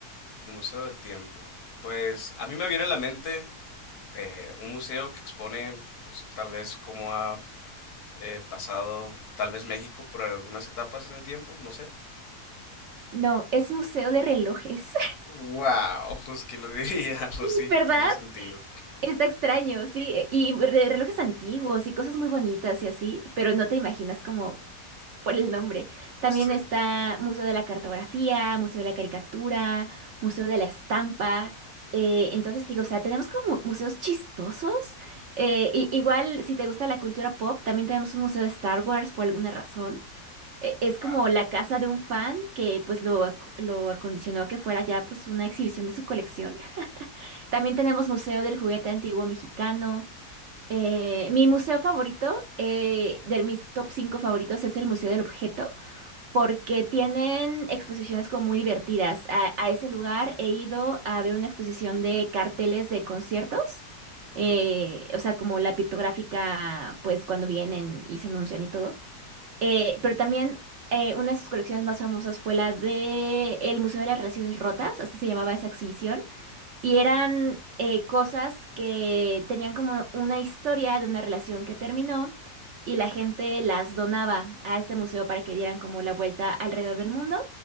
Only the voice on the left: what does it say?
El Museo del Tiempo. Pues a mí me viene a la mente eh, un museo que expone, pues tal vez cómo ha eh, pasado, tal vez México por algunas etapas en el tiempo, no sé.
Wow, pues quién lo diría, <laughs> pues
sí,
tiene sentido.
Sí.
Ah,
ujú,